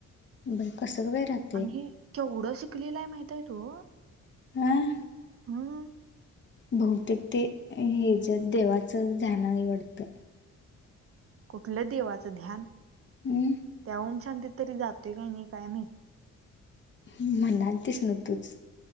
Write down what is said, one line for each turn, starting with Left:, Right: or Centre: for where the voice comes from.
Left: बई कसं वैर आत.
Right: आणि केवढं शिकलेलंय माहितय तो
Left: हां.
Right: हा.
Left: बहुतेक ते ह जत देवाचं झाण निवडतं.
Right: कुठलं देवाचं ध्यान.
Left: हम्.
Right: त्या ओमशांत तरी जातोय काही नाही काय महित.
Left: म्हणाल तिस नव तूच.